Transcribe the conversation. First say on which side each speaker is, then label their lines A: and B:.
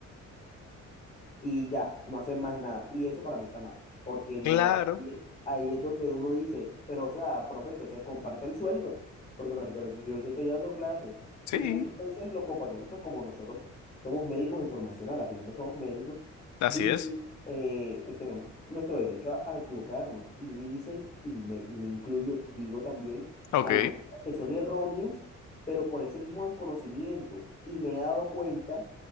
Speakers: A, on the left; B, on the left.
A: y ya, no hacen más nada. Y eso para mí está mal, porque no,
B: Claro,
A: ahí, es ahí es donde uno dice, pero o sea, profe, entonces comparte el sueldo, porque prácticamente soy yo el que estoy dando clases.
B: sí,
A: Y muchas veces los compañeros, pues como nosotros somos médicos en formación, al final no somos médicos,
B: así
A: dicen,
B: es.
A: eh, tenemos nuestro derecho a, a equivocarnos y dicen, y me, y me incluyo, digo también,
B: Ok,
A: algunas cosas que son erróneas, pero por ese mismo desconocimiento. Y me he dado cuenta